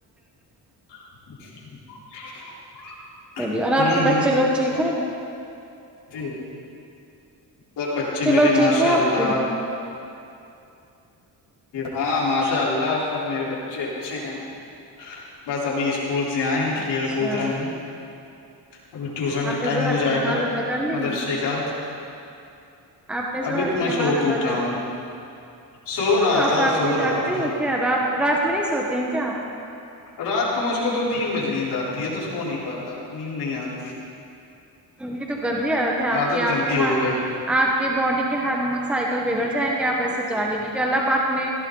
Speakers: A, on the left; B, in the centre.
A: <inaudible>
B: چلی اور
A: ہوں
B: آپ کے بچے لوگ ٹھیک ہیں
A: جی سب بچے میرے
B: لوگ ٹھیک
A: ماشاء
B: ہیں آپ
A: اللہ
B: کے
A: ہاں ماشاء اللہ سب میرے بچے اچھے ہیں بس ابھی اسکول سے آئے ہیں کھیل
B: اچھا
A: کود رہے ہیں ابھی ٹیوشن
B: آپ
A: کا
B: نے
A: ٹائم
B: ظہر
A: ہو جائے
B: کی نماز
A: گا
B: ادا کر لی
A: مدرس ڈے کا
B: آپ نے ظہر
A: ابھی تو
B: کی
A: میں
B: نماز
A: شوق
B: ادا
A: اٹھا
B: کر لی
A: ہوں سو
B: کیوں
A: رہا
B: آپ
A: تھا
B: رات
A: سو
B: میں جاگتے
A: رہا تھا
B: ہیں کیا رات رات میں نہیں سوتے ہیں کیا آپ
A: رات کو مجھ کو دو تین بجے نیند آتی ہے تو سو نہیں پاتا نیند نہیں آتی
B: یہ تو گندی حالت ہے
A: عادت
B: آپ کی
A: گندی
B: آپ کے یہاں
A: ہو گئی
B: آپ کی باڈی کے ہارمون سائیکل بگڑ جائیں گے آپ ایسے جاگیں گے کہ اللہ پاک میں